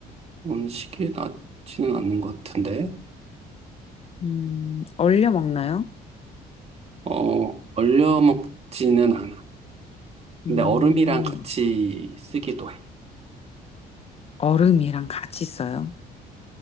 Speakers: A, on the right; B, on the left.
A: 음식에 닿지는 않는 것 같은데.
B: 음, 얼려 먹나요?
A: 어, 얼려 먹지는 않아. 근데
B: 음,
A: 얼음이랑 같이 쓰기도 해.
B: 얼음이랑 같이 써요.